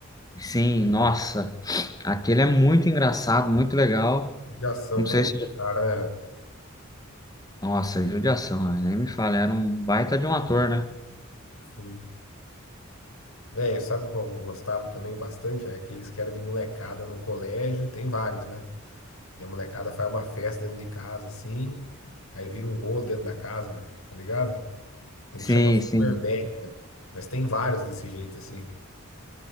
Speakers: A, on the left; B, on the left.
A: Sim, nossa. Aquele é muito engraçado, muito legal.
B: De ação
A: Não
B: também.
A: sei se.
B: Cara, né, velho?
A: Nossa, é judiação, né? nem me fala. Era um baita de um ator, né?
B: Sim. Velho, sabe qual eu gostava também bastante? velho? Aqueles que era de molecada no colégio. Tem vários, né? E a molecada faz uma festa dentro de casa, assim. Aí vira um rolo dentro da casa, velho. Tá ligado? Tem
A: Sim,
B: um que chama Super
A: sim.
B: Bad, velho. Mas tem vários desse jeito, assim.